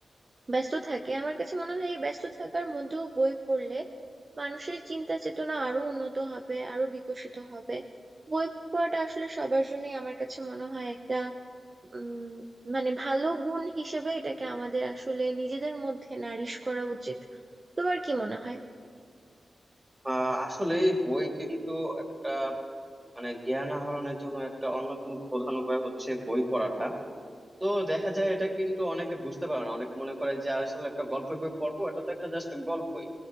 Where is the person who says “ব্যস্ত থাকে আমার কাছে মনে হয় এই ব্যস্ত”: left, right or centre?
Right